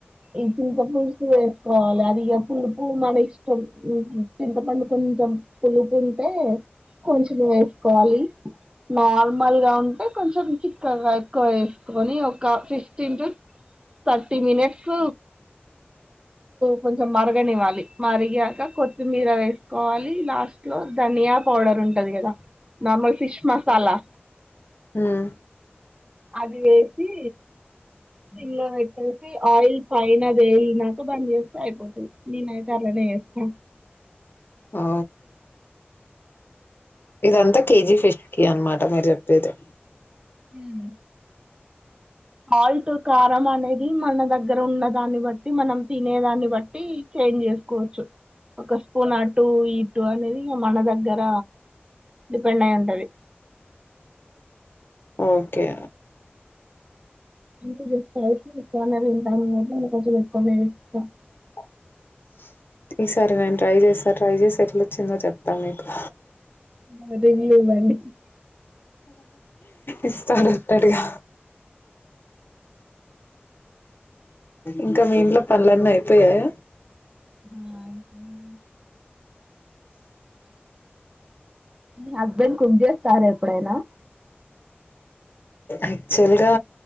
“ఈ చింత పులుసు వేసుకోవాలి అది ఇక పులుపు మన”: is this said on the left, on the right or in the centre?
Right